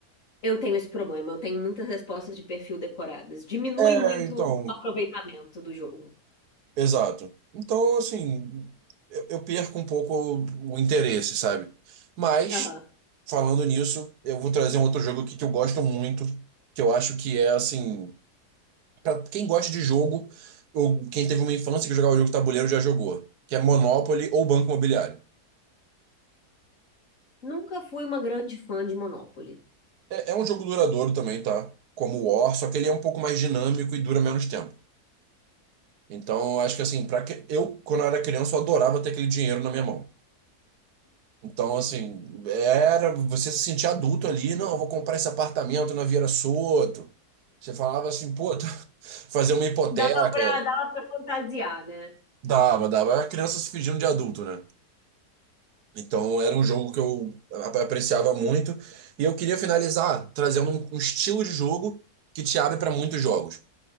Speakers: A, on the left; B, on the right.
A: Eu tenho esse problema, eu tenho muitas respostas de perfil decoradas. Diminui
B: É,
A: muito
B: então,
A: o aproveitamento do jogo.
B: exato. Então, assim, eu eu perco um pouco o, o interesse, sabe? Mas,
A: Aham.
B: falando nisso, eu vou trazer um outro jogo aqui que eu gosto muito, que eu acho que é, assim, para quem gosta de jogo, ou quem teve uma infância que jogava jogo de tabuleiro já jogou, que é Monopoly ou Banco Imobiliário.
A: Nunca fui uma grande fã de Monopoly.
B: É, é um jogo duradouro também, tá? Como o War, só que ele é um pouco mais dinâmico e dura menos tempo. Então, eu acho que assim, para que eu quando eu era criança, eu adorava ter aquele dinheiro na minha mão. Então, assim, era você se sentir adulto ali, não, eu vou comprar esse apartamento na Vieira Soto. Você falava assim, pô, <laughs> fazer uma hipoteca,
A: Dava pra, dava pra fantasiar, né?
B: dava, dava. Era criança se fingindo de adulto, né? Então, era um jogo que eu ap- apreciava muito. E eu queria finalizar trazendo um, um estilo de jogo que te abre para muitos jogos.